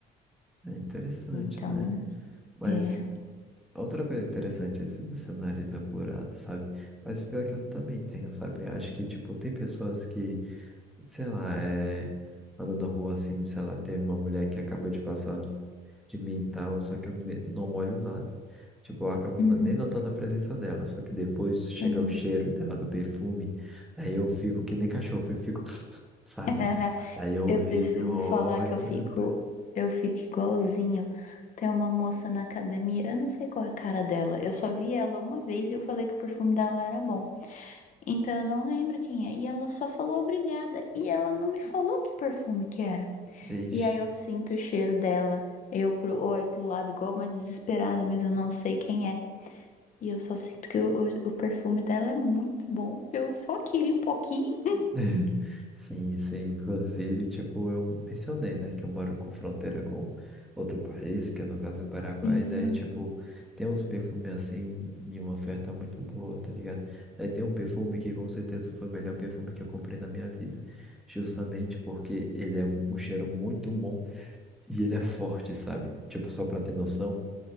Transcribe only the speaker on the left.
Então,
é.
Uhum,
sim.
<laughs>
Eu
preciso
falar que eu fico,
eu fico igualzinho. Tem uma moça na academia, eu não sei qual é a cara dela. Eu só vi ela uma vez e eu falei que o perfume dela era bom. Então eu não lembro quem é. E ela só falou obrigada. E ela não me falou que perfume que era.
E aí eu sinto o cheiro dela. Eu pro- olho pro lado igual uma desesperada, mas eu não sei quem é. E eu só sinto que o, o- o perfume dela é muito bom. Eu só queria um pouquinho.
Sim.